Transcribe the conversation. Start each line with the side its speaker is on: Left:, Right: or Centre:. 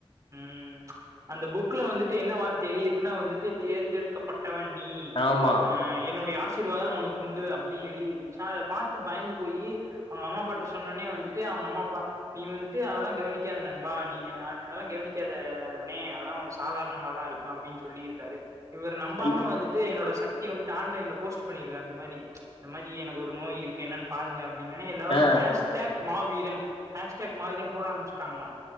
Right: ம் அந்த புக்ல வந்துட்டு என்ன வார்த்தை எழுதி இருக்குன்னா வந்துட்டு தேர்ந்தெடுக்க பட் பட்டவன் நீ
Left: ஆமா
Right: ஆ என்னுடைய ஆஸ் ஆசீர்வாதம் உனக்குண்டு அப்படி எழுதி இருந்துச்சா அதை பார்த்து பயந்து போய் அவங்க அம்மா அப்பா கிட்ட சொன்னஉடனே வந்துட்டு அவ ங்க அம்மா அப்பா நீ வந்துட்டு அதெல்லா கவனிக்காத நண்பா நீ என்ன நானு அதெல்லா கவனிக்காத இவனே அதெல்லாம் சாதாரணமா தான் இருக் அப்படின்னு சொல்லிருக்காரு இவர் நம்பாம
Left: இவர்
Right: வந்துட்டு என்னோட சக்தி வந்துட்டு ஆன்லைன்ல போஸ்ட் பண்ணி இருக்காங் இந்த மாரி இந்த மாரி எனக்கு ஒரு நோய் இருக்கு என்னன்னு பாருங்க அப்படின்னோனி எல்லாரும்
Left: ஆ
Right: ஹேஸ்டேக் மாவீரன் ஹேஸ்டேக் மாவீரன் போட ஆரம்பிச்சுட்டாங்களா